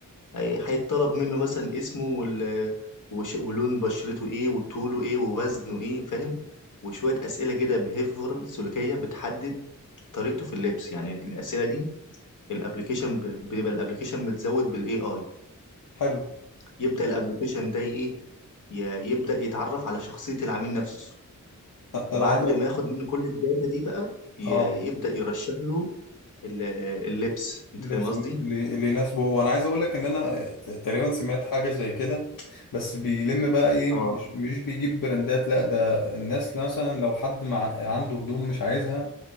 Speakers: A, on the left; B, on the left.
A: هي- هيطلب منه مثلا اسمه وال... وش... ولون بشرته ايه وطوله ايه ووزنه ايه فاهم وشويه اسئله كده بيهيفورال سلوكيه بتحدد طريقته في اللبس يعني الاسئله دي الابلكيشن ب- بيبقى الابلكيشن متزود بالاي اي
B: حلو
A: يبدا الابلكيشن ده ايه ي- يبدا يتعرف على شخصيه العميل نفسه وبعد
B: انا عايز أقول-
A: ما ياخد منه كل الداتا دي بقى ي-
B: اه
A: يبدأ يرشح له ال- اللبس انت
B: اللبس
A: فاهم قصدي
B: اللي اللي يناسبه هو انا عايز اقول لك ان انا تقريبا سمعت حاجه زي كده بس بيلم بقى ايه
A: اه
B: مش مش بيجيب براندات لا ده الناس مثلا لو حد مع عنده هدوم مش عايزها